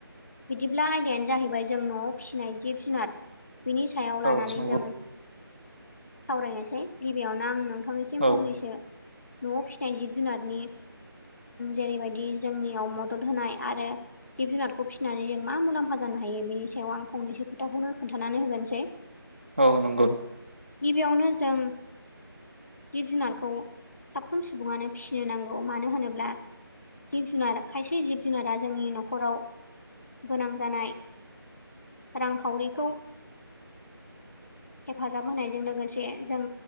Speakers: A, on the left (about 40°); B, on the right (about 30°).
A: बिदिब्ला आयदायानो जाहैबाय जों न'आव फिसिनाय जिब जुनार बिनि सायाव लानानै
B: औ नंगौ
A: जों सावरायनोसै गिबियावनो आं नोंथांनि सिम
B: औ
A: फंनैसो न'आव फिसिनाय जिब जुनारनि जेरैबायदि जोंनियाव मदद होनाय आरो जिब जुनारखौ फिसिनानै जों मा मुलाम्फा जानो हायो बेनि सायाव आं फंनैसो खोथाखौनो खोन्थानानै होगोनोसै <inaudible>
B: औ नंगौ
A: गिबियावनो जों जिब जुनारखौ साफ्रोम सुबुङानो फिसिनो नांगौ मानो होनोब्ला जिब जुनार खायसे जिब जुनारा जोंनि न'खराव गोनां जानाय रांखावरिखौ हेफाजाब होनायजों लोगोसे से जों